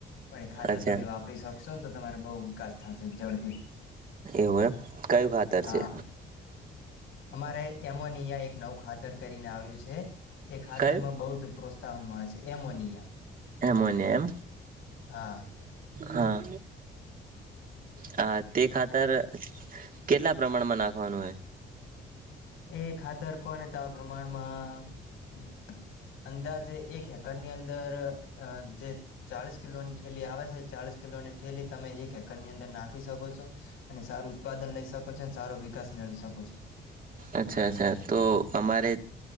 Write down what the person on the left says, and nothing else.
પડે આ
તમે વાપરી શકશો ને તમારે બોવ વિકાસ થશે ઝડપીથી
હા
અમારે એમોનિયા એક નવું ખાતર કરીને આવ્યું છે એ ખાતરમાં
બોવજ પ્રોત્સાહન મળે છે. છે એમોનિયા
હા
એ ખાતર કોને તણ પ્રમાણમાં હમ અંદાજે એક હેક ઘરની અંદર જે ચાલીસ કિલોની ઠેલી આવે છે. ચાલીસ કિલોની ઠેલી તમે એક હેકરની અંદર નાખી શકો છો અને સારું ઉત્પાદન લઈ શકો છો અને સારો વિકાસ મેળવી શકો છો.